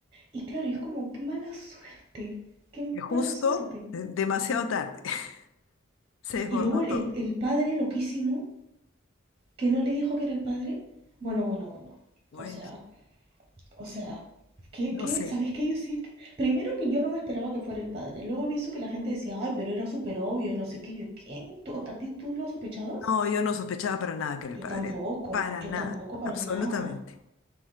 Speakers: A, on the right; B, on the left.
A: Y claro, y es como, qué mala suerte, qué
B: que justo,
A: mala suerte.
B: eh, demasiado tarde, <laughs> se desbordó
A: Y luego el,
B: todo.
A: el padre loquísimo, que no le dijo que era el padre. Bueno, bueno, bueno.
B: Bueno,
A: O sea, o sea, ¿qué,
B: no
A: qué?
B: sé.
A: ¿Sabes qué? Yo sí, primero que yo no me esperaba que fuera el padre. Luego he visto que la gente decía, ay, pero era súper obvio y no sé qué. Yo, ¿quién? ¿Tú, ¿A ti tú lo sospechabas?
B: No, yo no sospechaba para nada que era el
A: Yo
B: padre,
A: tampoco,
B: para
A: yo
B: nada,
A: tampoco para
B: absolutamente.
A: nada.